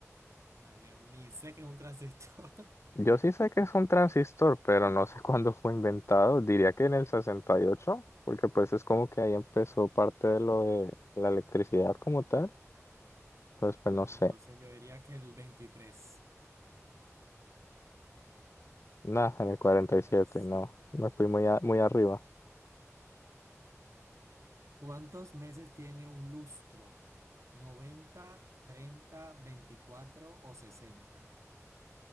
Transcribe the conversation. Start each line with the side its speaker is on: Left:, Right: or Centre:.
Right: Imagínate, ni sé que es un transistor. <laughs>
Left: Yo sí sé que es un transistor, pero no sé <laughs> cuándo fue inventado. Diría que en el 68, porque pues es como que ahí empezó parte de lo de la electricidad como tal. Entonces, pues
Right: Mm,
Left: no sé.
Right: Entonces yo diría que el 23,
Left: Nada, en
Right: 45.
Left: el 47, no. Me fui muy, a- muy arriba.
Right: ¿Cuántos meses tiene un lustro? noventa, 30, 24 o 60